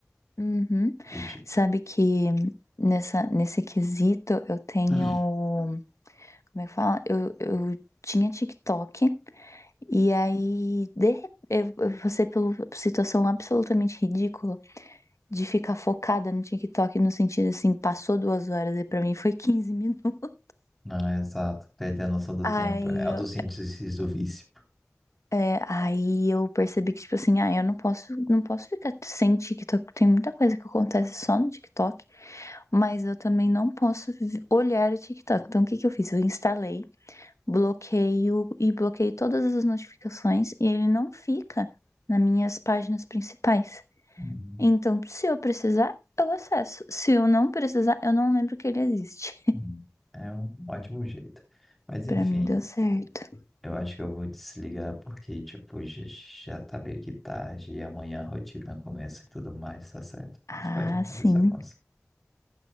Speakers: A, on the left; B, in the centre.
A: Uhum.
B: E tipo,
A: Sabe que nessa, nesse quesito eu tenho.
B: <clears throat>
A: Como é que fala? Eu, eu tinha TikTok, e aí, de repente, eu, eu passei por uma situação absolutamente ridícula de ficar focada no TikTok no sentido assim, passou duas horas e pra mim foi 15 <laughs> minutos.
B: não, é exato, perder a noção do
A: Aí
B: tempo é
A: eu,
B: um dos índices do vício.
A: é, aí eu percebi que, tipo assim, ah, eu não posso, não posso ficar sem TikTok. Tem muita coisa que acontece só no TikTok, mas eu também não posso vi- olhar o TikTok. Então, o que que eu fiz? Eu instalei, bloqueio e bloqueei todas as notificações e ele não fica nas minhas páginas principais.
B: Hum,
A: Então, se eu precisar, eu acesso. Se eu não precisar, eu não lembro que ele existe.
B: hum. É um ótimo jeito. Mas
A: Pra
B: enfim,
A: mim deu certo.
B: eu acho que eu vou desligar porque, tipo, já, já tá meio que tarde e amanhã a rotina começa e tudo mais, tá certo?
A: Ah,
B: Mas foi bom conversar
A: sim,
B: com você